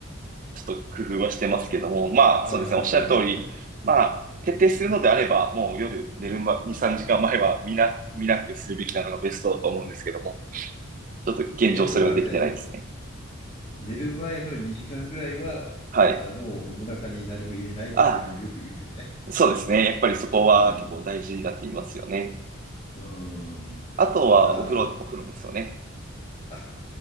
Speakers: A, on the right; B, on the left.
A: ちょっと工夫はしてますけども、まあ、
B: ああ、
A: そうですね、おっしゃる通り、
B: なるほどね。
A: まあ、徹底するのであれば、もう夜寝るま2、
B: うん。
A: 3時間前は見な、見なくするべきなのがベストだと思うんですけども、ちょっと現状それはできてないですね。
B: で、あとはあれだよね。寝る前の2時間ぐらいは、
A: はい。
B: あー、もうお腹に何も入れないっていうのをよく言うよね。
A: あ、そうですね。やっぱりそこは結構大事だって言いますよね。
B: うん。うーん。
A: あとはお風呂、
B: なるほど。
A: お風呂ですよね。
B: あ、